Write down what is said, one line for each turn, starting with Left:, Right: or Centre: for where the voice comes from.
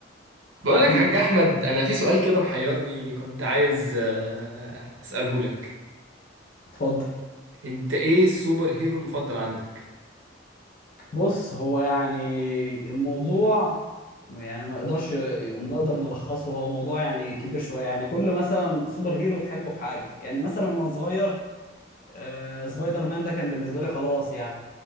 Right: بقول
Left: حبيبي
Right: لك يا حاج احمد انا في سؤال كده محيرني كنت عايز آه، اساله لك
Left: اتفضل
Right: انت ايه السوبر هيرو المفضل عندك
Left: بص هو يعني الموضوع يعني ما يقدرش نقدر نلخصه هو موضوع يعني كبير شوية يعني كل مثلا سوبر هيرو تحبه في حاجة يعني مثلا وأنا صغير آه سبايدر مان ده كان بالنسبة لي خلاص يعني